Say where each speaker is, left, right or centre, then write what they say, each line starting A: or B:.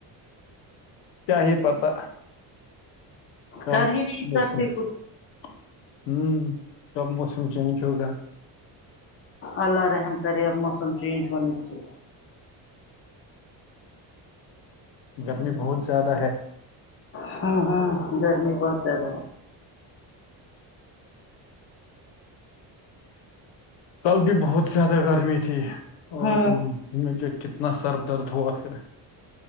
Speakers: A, on the left; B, on the left.
A: کیا ہی پتہ کب
B: کر ہی نہیں
A: موسم
B: سکتے
A: ہوں
B: کچھ
A: کب موسم چینج ہوگا
B: اللہ رحم کرے اب موسم چینج ہونے سے
A: گرمی بہت زیادہ ہے
B: ہوں ہوں گرمی بہت زیادہ ہے
A: کل بھی بہت زیادہ گرمی تھی
B: ہے
A: اور
B: ہوں
A: مجھے کتنا سر درد ہوا پھر